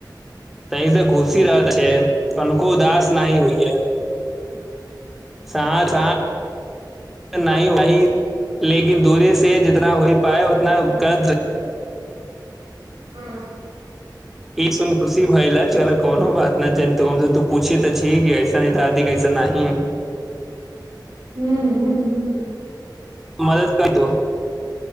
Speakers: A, in the centre; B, on the right.
A: तहि से खुशी रहत छै तनिको उदास नहि होइ ह सा स नहि वहि लेकिन दूरे से जितना हो पाए उतना करत रही
B: हँ
A: ई सुन खुशी भाइल चलअ कोनो बात न ज त हमस तू पूछि तऽ छी कि कऐसा दादी कैसन नहि
B: हू हू हू
A: मदद करतौ